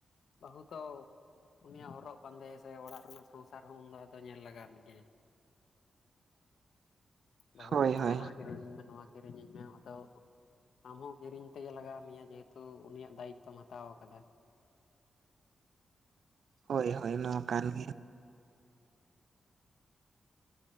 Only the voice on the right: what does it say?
<inaudible>
ᱦᱳᱭ
ᱦᱳᱭ
ᱦᱳᱭ ᱦᱳ ᱱᱚᱣᱟ ᱠᱟᱱ ᱜᱮ᱾